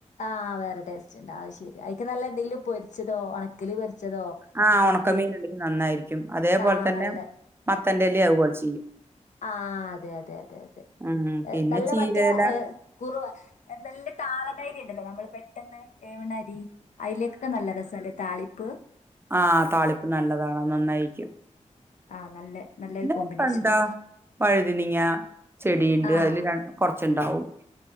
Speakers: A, on the left (about 70°); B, on the right (about 20°).
A: ആഹ് വേറെ ടേസ്റ്റ്ണ്ട് അത് ശരി അയിക്ക് നല്ല എന്തെങ്കിലും പൊരിച്ചതോ ഉണക്കില് പൊരിച്ചതോ
B: ആഹ്
A: അല്ലെങ്കില്
B: ഉണക്കമീൻ ഉണ്ടെങ്കിൽ നന്നായിരിക്കും അതെപോലെ
A: ആ
B: തന്നെ
A: നല്ല
B: മത്തന്റെല്ലാ അത്പോലെ ചെയ്യും
A: ആഹാ അതെ അതെ അതെ അതെ
B: ഉം പിന്നെ
A: നല്ല
B: ചീരയില
A: മറ്റേ കുറവ നല്ല താളനാരി ഉണ്ടല്ലോ നമ്മളെ പെട്ടെന്ന് ഏവിണരി അതിലേക്കൊക്കെ നല്ല രസല്ലേ താളിപ്പ്
B: ആഹാ താളിപ്പ് നല്ലതാണ് നന്നായിരിക്കും.
A: ആഹാ നല്ല നല്ലൊരു
B: പിന്നെ
A: കോമ്പിനേഷനാ
B: ഇപ്പോന്ത വഴുതനങ്ങ ചെടിണ്ട്
A: ആഹ്
B: അതിൽ രണ്ട് കുറച്ചുണ്ടാവും